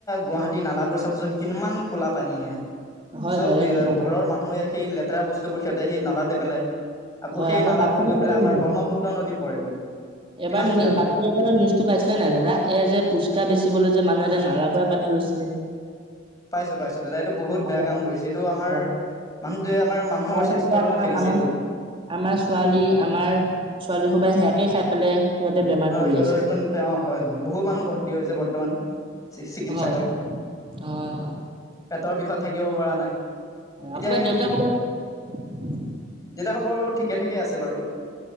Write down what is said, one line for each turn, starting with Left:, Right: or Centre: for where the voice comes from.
Left: গুৱাহাটী নালাবোৰ চাবচোন কিমান কলা পানী হেয়া।
Right: হয়
Left: চব
Right: হয় এক ন
Left: ঘৰৰ মানুহে সেই লেতেৰা বস্তুবোৰ সিহঁতে সেই নালাতে পেলাই। আকৌ
Right: হয়
Left: সেই নালাবোৰ
Right: বাথৰুমৰ
Left: গৈ
Right: পাতে
Left: পেলাই আমাৰ
Right: ধুৱে
Left: ব্ৰহ্মপুত্ৰ নদীত পৰেগৈ কিমান
Right: এবাৰ
Left: বেয়া হয়
Right: বাতৰিৰ নিউজটো পাইছিলে নাই দাদা এইয়া যে পুচ কা বেচিবলৈ যে মানুহ এটা নালাৰ পৰা পানী লৈছিলে।
Left: পাইছো পাইছো দাদা এইটো বহুত
Right: হয়
Left: বেয়া কাম কৰিছে এইটো আমাৰ
Right: হয়
Left: মানুহটোৱে আমাৰ মানুহৰ
Right: ছোৱালী
Left: স্বাস্থ্যৰ
Right: কেইটা
Left: লগত
Right: আমাৰ
Left: খেলিছে
Right: আমাৰ
Left: এইটো
Right: আমাৰ ছোৱালী আমাৰ ছোৱালী খোবাই সেয়াকে খাই পেলাই সিহঁতে বেমাৰ
Left: হয়
Right: পৰি
Left: সিহঁতৰ
Right: আছে।
Left: অ হয় হয় বহু মানুহ ভৰ্তি হৈছে বৰ্তমান চিকিৎসালয়ত,
Right: হয় হয় হয়
Left: পেটৰ বিষত থাকিব পৰা নাই। এতিয়া
Right: আপোনাৰ
Left: এই
Right: দেউতা খবৰ
Left: দেউতাৰ খবৰ বাৰু ঠিকে- ঠিকে আছে বাৰু।